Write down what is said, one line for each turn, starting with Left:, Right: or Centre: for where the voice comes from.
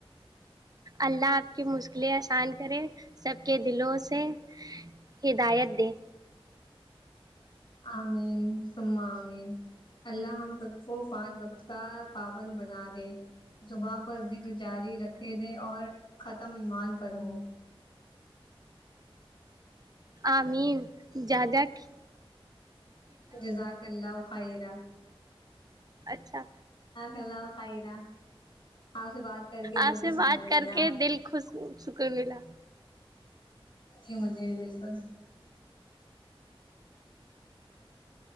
Right: اللہ آپ کی مشکلیں آسان کرے سب کے دلوں سے یہ ہدائت دے
Left: امین سم امین اللہ ہم سب کو پانچ وقت کا پابند بنا دے زباں پر ذکر جاری رکھے دے اور ختم ایمان پر ہو
Right: آمین جا جا کی
Left: جزاک اللہ ھوخیرہ
Right: اچھا
Left: اللہ خیرہ آپ سے بات کر کے دل
Right: آپ
Left: کو
Right: سے
Left: سکون
Right: بات کر
Left: ملا
Right: کے دل خوش سکون ملا
Left: جی مجھے بالکل